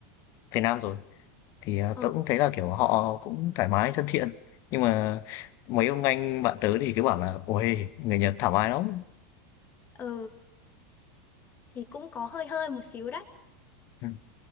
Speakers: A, on the left; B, on the left.
A: Việt Nam rồi. Thì, ờ,
B: ờ
A: tớ cũng thấy là, kiểu, họ cũng thoải mái, thân thiện, nhưng mà mấy ông anh bạn tớ thì cứ bảo là "Uầy, người Nhật thoải mái lắm!"
B: ờ thì cũng có hơi hơi một xíu đấy
A: Ừm,